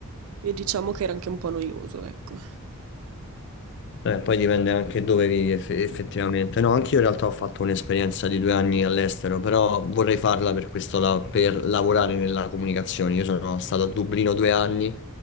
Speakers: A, on the right; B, on the left.
A: e diciamo che era anche un po' noioso, ecco.
B: Eh, poi dipende anche dove vivi eff- effettivamente. No, anch'io in realtà ho fatto un'esperienza di due anni all'estero, però vorrei farla per questo, la- per lavorare nella comunicazione. Io sono stato a Dublino due anni